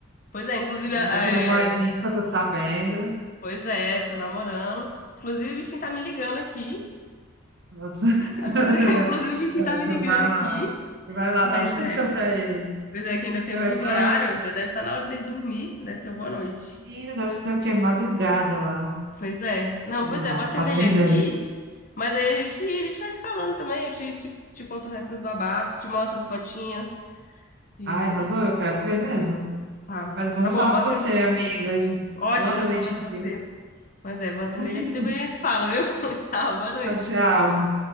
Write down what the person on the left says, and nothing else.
Pois é, inclusive,
é...
pois é, tô namorando. Inclusive, o bichinho tá me ligando aqui.
Ah, vou ter- <laughs> Inclusive, o bichinho
tá me
ligando
aqui.
Mas
é,
pois é, que ainda tem
o fuso
horário, já deve estar na hora dele dormir. Deve ser boa noite.
Pois é. Não,
pois
é, vou atender
ele
aqui,
mas aí a gente, a gente vai se falando também. Eu te, te, te conto o resto dos babados, te mostro as fotinhas. E
aí,
tá.
Tá bom,
vou
atender.
Ótimo
falar com você.
Mas é, vou atender
ele aqui, depois a gente se fala, viu? <laughs> Tchau, boa noite.